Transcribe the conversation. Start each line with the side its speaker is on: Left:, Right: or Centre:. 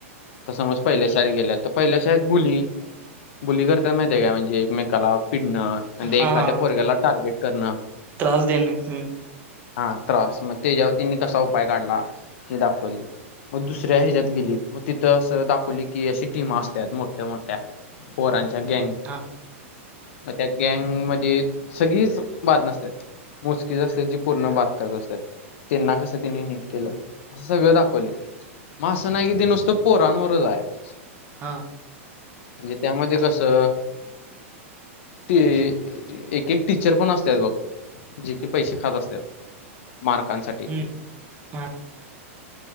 Left: तर समज पहिल्या शाळेत गेल्या तर पहिल्या शाळेत बुली बुली करत्यात माहीते का म्हणजे एकमेकाला पिडणं म्हनजे
Right: हां
Left: एखाद्या
Right: हां
Left: पोरग्याला टार्गेट करणं
Right: त्रास देने हम्म
Left: हा त्रास म त्याच्यावर त्यांनी कसा उपाय काढला हे दाखवल मग दुसऱ्या हेज्यायात गेलीत मग तिथं असं दाखवली की अशी टीमा असतात मोठ्या, मोठ्या पोरांच्या गँंग
Right: हा
Left: मग त्या गँंगमधीत सगळीच बाद नसत्यात मोजकीच असत्यात जी पूर्ण बाद करत असत्यात त्यांना कसं त्यांनी नीट केलं सगळं दाखवल मा आस नाहीकि ते नुसत पोरान वरचं आहे
Right: हा
Left: म्हणजे त्या मुळ ते कसं ते एक, एक टीचर पण असतात बघ जे की पैसे खात असत्यात मार्कांनसाठी
Right: हम्म